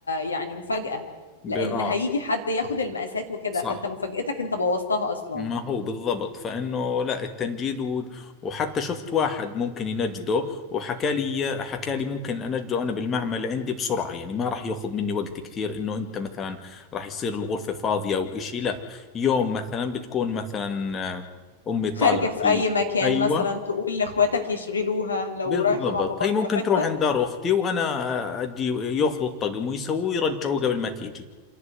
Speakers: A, on the left; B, on the left.
A: يعني مفاجأة
B: ب...
A: لان
B: اه
A: هيجي حد ياخد المقاسات وكده
B: صح
A: فانت مفاجأتك انت بوظتها اصلا
B: ما هو بالضبط فانه لا التنجيد و... وحتى شفت واحد ممكن ينجده وحكى لي حكى لي ممكن انجده انا بالمعمل عندي بسرعة يعني ما راح ياخذ مني وقت كثير انه انت مثلا راح يصير الغرفة فاضية او اشي لا يوم مثلا بتكون مثلا آه، امي طالعة
A: خارجة في
B: فيه
A: اي مكان
B: ايوه
A: مثلا تقول لاخواتك يشغلوها لو
B: بالضبط
A: رايحة مع باباك
B: هي ممكن
A: في حتة
B: تروح عند دار اختي وانا اجي ياخذوا الطقم ويسووه يرجعوه قبل ما تيجي